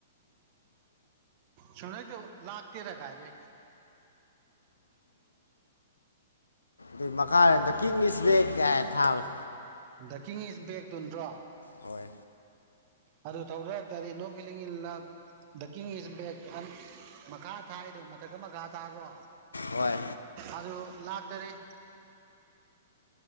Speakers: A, on the right; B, on the left.
A: ꯁꯅꯣꯏ ꯇ ꯂꯥꯛꯇꯔꯒꯥꯏꯔꯦ
B: ꯑꯗꯨ ꯃꯈꯥ ꯏꯁꯕꯦꯛ ꯀ ꯊꯥꯕ
A: ꯗ ꯀꯤꯡ ꯏꯁ ꯕꯦꯛ ꯇꯨ ꯅꯠꯇ꯭ꯔꯣ
B: ꯍꯣꯏ
A: ꯑꯗꯨ ꯇꯧꯗꯛꯇꯗꯤ ꯅꯣꯛ ꯐꯤꯂꯤꯡꯜꯗ ꯗꯀꯤꯡ ꯏꯁ ꯕꯦꯛ ꯃꯈꯥ ꯊꯥꯔꯤꯗꯣ ꯃꯊꯛꯀ ꯃꯈꯥ ꯇꯥꯕ꯭ꯔꯣ
B: ꯍꯣꯏ
A: ꯑꯗꯨ ꯂꯥꯛꯇꯥꯔꯦ